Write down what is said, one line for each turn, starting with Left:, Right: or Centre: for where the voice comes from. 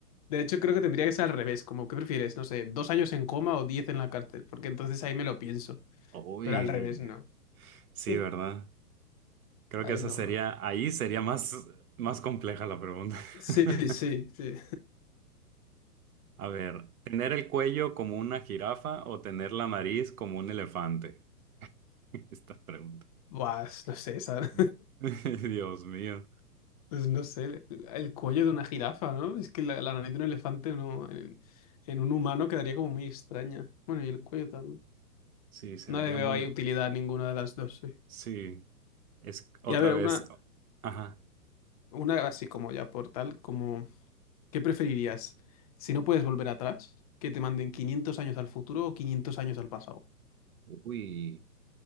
Left: De hecho, creo que tendría que ser al revés, como ¿qué prefieres? No sé, dos años en coma o diez en la cárcel, porque entonces ahí me lo pienso,
Right: Uy,
Left: pero al revés no.
Right: sí,
Left: <laughs>
Right: ¿verdad? Creo
Left: Ahí
Right: que esa
Left: no,
Right: sería,
Left: no.
Right: ahí sería más, más compleja la pregunta.
Left: Sí,
Right: <laughs>
Left: sí, sí.
Right: A ver, ¿tener el cuello como una jirafa o tener la nariz como un elefante? <laughs> Esta pregunta.
Left: <laughs> Buah, es- no sé, esa... <laughs>
Right: Mm. <laughs> Dios mío.
Left: Pues no sé, el cuello de una jirafa, ¿no? Es que la, la nariz de un elefante no, en, en un humano quedaría como muy extraña. Bueno, y el cuello también.
Right: Sí, se
Left: No
Right: vería
Left: le veo
Right: muy...
Left: ahí utilidad a ninguna de las dos, sí.
Right: Sí, es otra
Left: Y a ver,
Right: vez...
Left: una,
Right: Ajá.
Left: una así como ya por tal, como... ¿Qué preferirías? Si no puedes volver atrás, que te manden 500 años al futuro o 500 años al pasado.
Right: Uy.